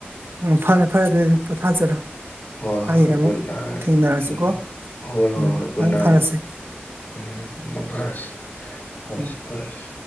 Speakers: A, on the right (about 70°); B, on the left (about 50°).
A: ꯎꯝ ꯐꯔꯦ ꯐꯔꯦ ꯑꯗꯨꯗꯤ ꯄꯣꯊꯥꯖꯔꯣ
B: ꯍꯣꯏ
A: ꯍꯌꯦꯡ
B: ꯍꯣꯏ ꯍꯣꯏ
A: ꯑꯃꯨꯛ
B: ꯒꯨꯗ ꯅꯥꯏꯠ
A: ꯊꯦꯡꯅꯔꯁꯤꯀꯣ
B: ꯎꯝ ꯍꯣꯏ ꯍꯣꯏ
A: ꯎꯝ
B: ꯍꯣꯏ ꯒꯨꯗ
A: ꯃꯪ
B: ꯅꯥꯏꯠ
A: ꯐꯔꯁꯦ
B: ꯎꯝ ꯃꯡ ꯐꯔꯁꯦ ꯃꯪ
A: ꯎꯝ
B: ꯐꯔꯁꯦ